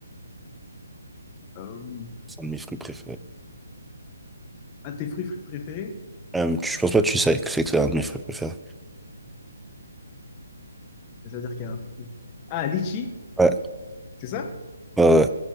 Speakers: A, on the left (about 25°); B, in the centre.
A: Euh,
B: C'est un de mes fruits préférés.
A: un de tes fruits fr- préférés?
B: Euh, tu- je pense pas que tu sais que c'est que c'est un de mes fruits préférés.
A: C'est-à-dire qu'il y a un fruit. Ah, litchi,
B: Ouais,
A: c'est ça?
B: ouais, ouais.